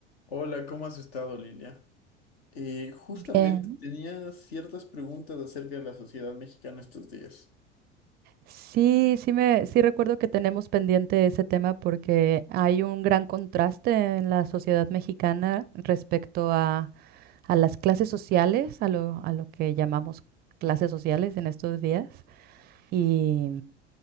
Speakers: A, on the left (about 60°); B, on the right (about 30°).
A: Hola, ¿cómo has estado, Lilia? Eh, justamente
B: Bien.
A: tenía ciertas preguntas acerca de la sociedad mexicana estos días.
B: Sí, sí me, sí recuerdo que tenemos pendiente ese tema porque hay un gran contraste en la sociedad mexicana respecto a, a las clases sociales, a lo, a lo que llamamos clases sociales en estos días. Y,